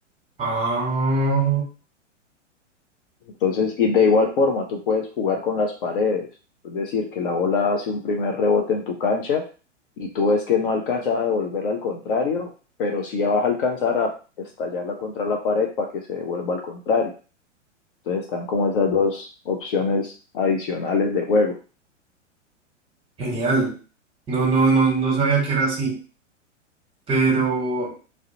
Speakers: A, on the right (about 15°); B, on the left (about 45°).
A: Ah,
B: Entonces, y de igual forma, tú puedes jugar con las paredes. Es decir, que la bola hace un primer rebote en tu cancha y tú ves que no alcanzas a devolverla al contrario, pero sí vas a alcanzar a estallarla contra la pared para que se devuelva al contrario. Entonces están como esas dos opciones adicionales de juego.
A: genial. No, no, no, no sabía que era así. Pero,